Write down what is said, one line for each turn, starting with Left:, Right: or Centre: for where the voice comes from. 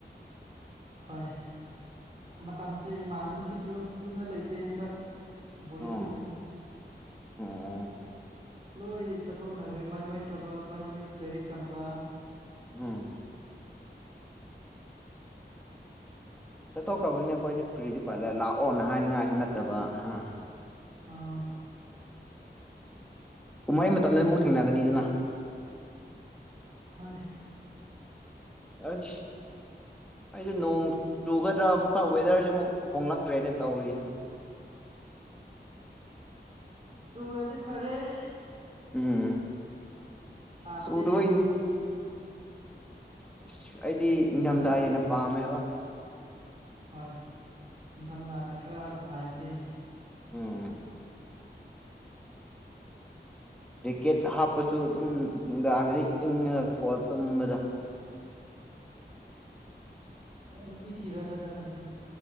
Right: ꯍꯣꯏ ꯃꯇꯝꯁꯦ ꯏꯃꯥꯟꯅꯕꯁꯤꯡꯁꯨ ꯌꯨꯝꯗ ꯂꯩꯇꯦ ꯍꯟꯗꯛ ꯕꯣꯔꯤꯡ
Centre: ꯑꯣ
Right: ꯆꯨꯔꯦꯅꯦ
Centre: ꯑꯣ
Right: ꯂꯣꯏ ꯆꯠꯊꯣꯛꯅꯈ꯭ꯔꯦ ꯃꯥꯏ ꯃꯩ ꯊꯕꯛ ꯃꯥꯏ ꯃꯥꯏ ꯂꯥꯏꯔꯤꯛ ꯇꯝꯕ
Centre: ꯎꯝ ꯆꯠꯊꯣꯛꯈ꯭ꯔꯕꯅꯤꯅꯦ ꯑꯩꯈꯣꯏꯗꯤ ꯀꯔꯤꯗꯤ ꯎꯄꯥꯏ ꯂꯩ ꯂꯥꯛꯑꯣꯅ ꯍꯥꯏꯅꯤꯡꯉꯥꯏꯁꯨ ꯅꯠꯇꯕ ꯍꯥ
Right: ꯑ
Centre: ꯀꯨꯝꯍꯩ ꯃꯇꯝꯗ ꯑꯃꯨꯛ ꯊꯦꯡꯅꯒꯅꯤꯗꯅ
Right: ꯍꯣꯏ
Centre: ꯑꯁ ꯑꯩꯁꯦ ꯅꯣꯡ ꯆꯨꯒꯗ꯭ꯔꯥ ꯑꯃꯨꯛꯀ ꯋꯦꯗꯔꯁꯦ ꯑꯃꯨꯛ ꯍꯣꯡꯂꯛꯈ꯭ꯔꯦꯅꯦ ꯇꯧꯔꯤꯁꯦ
Right: ꯇꯨꯔꯗꯤ ꯐꯔꯦ
Centre: ꯎꯝ
Right: ꯁꯥꯕꯗꯩꯗꯤ
Centre: ꯆꯨꯗꯕꯩꯅꯤ
Right: ꯅꯣꯡ ꯆꯨꯕꯅ
Centre: ꯑꯁ ꯑꯩꯗꯤ ꯅꯤꯡꯊꯝꯊꯥ ꯍꯦꯟꯅ ꯄꯥꯝꯃꯦꯕ
Right: ꯍꯣꯏ ꯅꯤꯡꯊꯝꯊꯥꯅ ꯈꯔ ꯅꯨꯡꯉꯥꯏꯕꯅꯦ
Centre: ꯎꯝ ꯖꯦꯛꯀꯦꯠ ꯍꯥꯞꯄꯁꯨ ꯑꯗꯨꯝ ꯅꯨꯡꯗꯥꯡꯗꯗꯤ ꯏꯪꯉꯒ ꯀꯣꯜ ꯇꯨꯝꯕꯗ
Right: ꯅꯨꯄꯤ ꯊꯤꯔꯣꯗꯅ ꯑꯗꯨꯗꯤ